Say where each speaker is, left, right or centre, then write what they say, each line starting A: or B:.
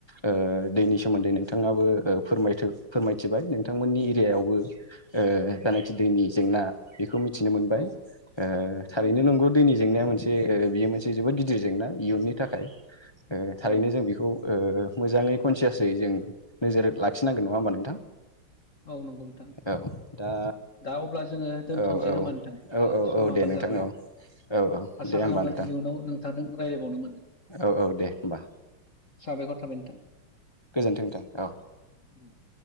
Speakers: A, on the left (about 20°); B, on the left (about 35°).
A: ओ दैनि सोमोन्दै नोंथाङाबो फोरम फोरमायथिबाय नोंथांमोननि एरियायावबो ओ जानखि दैनि जेंना बेखौ मिथिनो मोनबाय
B: औ
A: ओ थारैनो
B: औ
A: नंगौ दैनि जेंनाया मोनसे बियो मोनसे जोबोद गिदिर जेंना इयुननि थाखाय थारैनो
B: औ
A: जों बेखौ मोजाङै कनसियासै जों नोजोर लाखिनांगोन नङा होमबा नोंथां
B: औ नंगौ नोंथां
A: औ दा
B: दा अब्ला जोङो दोनथ'नोसै
A: औ औ
B: खोमानोथों
A: औ औ
B: समाबो
A: औ दे नोंथां
B: जाबाय
A: औ औ औ
B: आसा
A: दे होमबा
B: खालामो
A: नोंथां
B: इयुनाव नोंथांजों राय्लायबावनो मोन
A: औ औ दे होमबा
B: साबायखर थाबाय नोंथां
A: गोजोन्थोंदों <unintelligible> औ
B: <unintelligible>